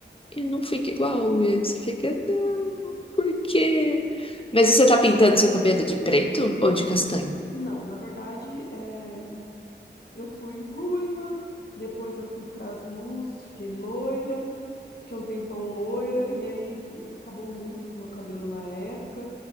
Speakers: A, on the left; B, on the left.
A: E não fica igual. E aí você fica, não, por quê? Mas você tá pintando seu cabelo de preto ou de castanho?
B: Não, na verdade, eh, eu fui ruiva, depois eu fui para as luzes, fiquei loira, fiquei um tempão loira, e aí acabou muito com o meu cabelo na época.